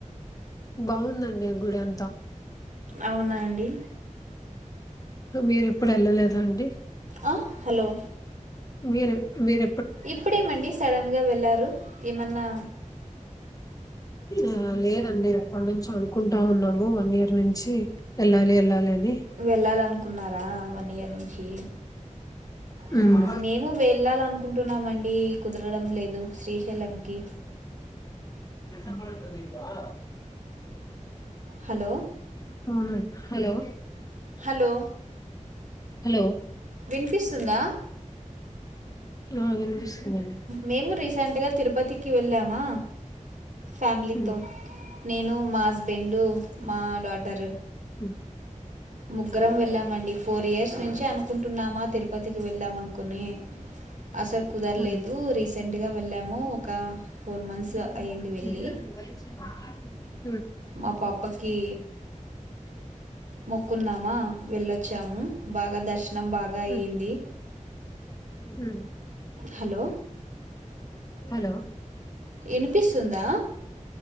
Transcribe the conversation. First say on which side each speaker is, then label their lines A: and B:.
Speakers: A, on the left (about 25°); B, on the right (about 70°).
A: బాగుందండి ఆ గుడి అంతా
B: అవునా అండి
A: మీరు ఎప్పుడు వెళ్ళలేద అండి
B: ఆ, హలో
A: వీరు వీర
B: ఇప్పుడేమండి సడన్గా వెళ్ళారు ఏమన్నా
A: ఆ లేదండి ఎప్పటి నుంచో అనుకుంటా ఉన్నాము వన్ ఇయర్ నుంచి వెళ్ళాలి వెళ్ళాలి అని
B: వెళ్లాలనుకో అనుకున్నారా వన్ ఇయర్ నుంచి
A: ఉమ్
B: ఉ మేము వెళ్ళాలనుకుంటున్నామండి కుదరడం లేదు శ్రీశైలంకి
A: తెలిసిన కాడ ఉంటే తీస్తావా
B: హలో
A: అవునండి హలో
B: హలో
A: హలో
B: వినిపిస్తుందా
A: ఆ వినిపిస్తుందండి
B: మేము రీసెంట్ గా రీసెంట్గా తిరుపతికి వెళ్ళామా ఫ్యామిలీతో
A: ఉమ్
B: నేను మా హస్బెండు మా డాటరు
A: హ్మ్
B: ముగ్గరం వెళ్ళాం మండి ఫోర్ ఇయర్స్ నుంచి అనుకుంటున్నామా తిరుపతికి వెళ్దాం అనుకుని అసలు కుదరలేదు
A: ఉమ్
B: రిసే సెంట్గా వెళ్ళాము ఒక
A: <unintelligible>
B: ఫోర్ మంత్స్ అయింది వెళ్ళి మా పాప పక్కీ మొక్కున్నామా వెళ్ళొచ్చాము బాగా దర్శనం బాగా అయ్యింది
A: హ్మ్ హ్మ్
B: హలో
A: హలో
B: ఇన్పిస్తుందా